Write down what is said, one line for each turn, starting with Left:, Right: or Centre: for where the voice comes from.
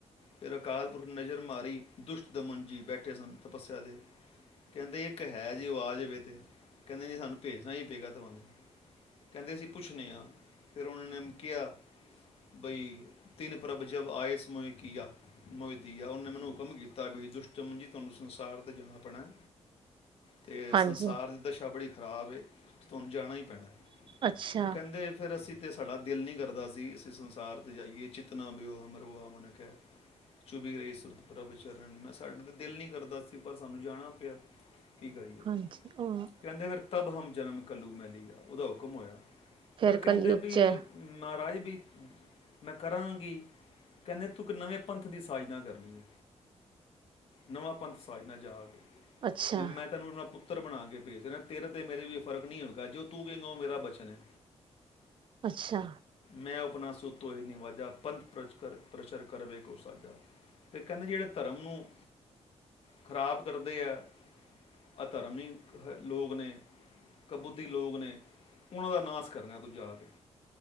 Left: ਫਿਰ, ਅਕਾਲ- ਪੁਰਖ ਨਜ਼ਰ ਮਾਰੀ, ਦੁਸ਼ਟ- ਦਮਨ ਜੀ, ਬੈਠੇ ਸਨ। ਤਪੱਸਿਆ 'ਤੇ ਕਹਿੰਦੇ ਇੱਕ ਹੈ ਜੀ, ਓ ਆਜਵੇ ਤੇ, ਕਹਿੰਦੇ ਨਹੀਂ ਸਾਨੂੰ ਭੇਜਣਾ ਹੀ ਪਏਗਾ ਤੁਹਾਨੂੰ, ਕਹਿੰਦੇ ਅਸੀਂ ਪੁੱਛਨੇ ਆ ਫਿਰ ਉਹਨਾਂ ਨੇ ਕਿਹਾ ਬਈ ਤਿੰਨ ਪ੍ਰਭ ਜਬ ਆਏ ਸਮ ਮੋਹੇ ਕੀਆ, ਮੋਹਿ ਦੀਆ, ਉਹਨੇ ਮੈਨੂੰ ਹੁਕਮ ਕੀਤਾ ਬਈ ਦੁਸ਼ਟਦਮਨ ਜੀ, ਤੁਹਾਨੂੰ ਸੰਸਾਰ 'ਤੇ ਜਾਣਾ ਪੈਣਾ। ਤੇ
Right: ਹਾਂਜੀ
Left: ਸੰਸਾਰ
Right: ਹਾਂਜੀ ਹਾਂਜੀ
Left: ਦੀ ਦਸ਼ਾ ਬੜੀ ਖ਼ਰਾਬ ਏ। ਤੇ ਤੁਹਾਨੂੰ ਜਾਣਾ ਹੀ ਪੈਣਾ।
Right: ਅੱਛਾ
Left: ਕਹਿੰਦੇ ਫਿਰ ਅਸੀਂ ਤੇ ਸਾਡਾ ਦਿਲ ਨਹੀਂ ਕਰਦਾ ਸੀ, ਅਸੀਂ ਸੰਸਾਰ 'ਤੇ ਜਾਈਏ, ਚਿਤਨਾ ਬਿਓਹ ਹਮਰੋ ਆਵਨ ਕਹਿ, ਚੁਭੀ ਰਹੀ ਸੁਰਤ ਪ੍ਰਭ ਚਰਨ ਮੈਂ, ਸਾਡੇ ਤਾਂ ਦਿਲ ਨਹੀਂ ਕਰਦਾ ਸੀ, ਪਰ ਸਾਨੂੰ ਜਾਣਾ ਪਿਆ। ਕੀ ਕਰੀਏ,
Right: ਹਾਂਜੀ ਉਹ
Left: ਕਹਿੰਦੇ ਫਿਰ। ਤਬ ਹਮ ਜਨਮ ਕੱਲੂ ਮੈ ਲਈ ਗਿਆ ਉਹਦਾ ਹੁਕਮ ਹੋਇਆ।
Right: ਫੇਰ
Left: ਪਰ ਕਹਿੰਦੇ
Right: ਕਲਯੁੱਗ
Left: ਵੀ
Right: ਚ ਐ
Left: ਮਹਾਰਾਜ ਬੀ, ਮੈਂ ਕਰਾਂਗੀ ਕਹਿੰਦੇ ਤੂੰ ਕੀ ਨਵੇਂ ਪੰਥ ਦੀ ਸਾਜਨਾ ਕਰਨੀ ਏ ਨਵਾਂ ਪੰਥ ਸਾਜਨਾ, ਜਾ ਕੇ
Right: ਅੱਛਾ-ਅੱਛਾ-ਅੱਛਾ-ਅੱਛਾ-ਅੱਛਾ।
Left: ਤੇ ਮੈਂ ਤੈਨੂੰ ਰੱਬ ਪੁੱਤਰ ਬਣਾ ਕੇ ਭੇਜ ਰਿਹਾਂ, ਤੇਰੇ ਤੇ ਮੇਰੇ ਵਿ ਫ਼ਰਕ ਨਈ ਹੋਵੇਗਾ ਜੇ ਤੂੰ ਕਹਿੰਗਾ ਉਹ ਮੇਰਾ ਬਚਨ ਐ।
Right: ਅੱਛਾ।
Left: ਮੈਂ ਉਪਨਾ ਸੁ ਤੋਂਹੇ ਨਿਵਾਜਾ, ਪੰਥ ਪ੍ਰਚ ਪ੍ਰਚਰ ਕਰਵੇ ਕੋ ਸਾਜਾ ਤੇ ਕਹਿੰਦੇ ਜਿਹੜੇ ਧਰਮ ਨੂੰ ਖਰਾਬ ਕਰਦੇ ਹੈ ਅ ਧਰਮ ਹੀ ਲੋਕ ਨੇ, ਕਬੁਧੀ ਲੋਕ ਨੇ, ਉਹਨਾਂ ਦਾ ਨਾਸ ਕਰਨਾ ਤੂ ਜਾ ਕੇ